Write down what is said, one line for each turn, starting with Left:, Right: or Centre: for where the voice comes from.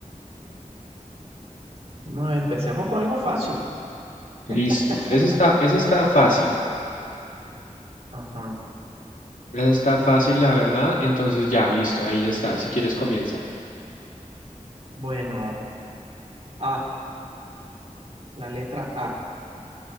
Right: Bueno, empecemos con algo fácil.
Left: Listo.
Right: <laughs>
Left: Eso está, eso está fácil.
Right: Ajá.
Left: Esa Está fácil, la verdad. Entonces ya, listo, ahí ya está. Si quieres, comienza.
Right: Bueno, A, la letra A.